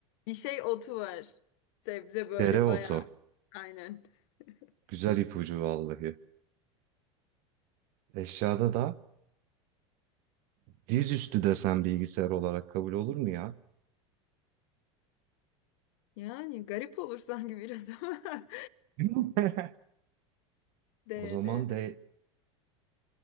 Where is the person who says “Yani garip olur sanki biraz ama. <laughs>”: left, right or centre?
Left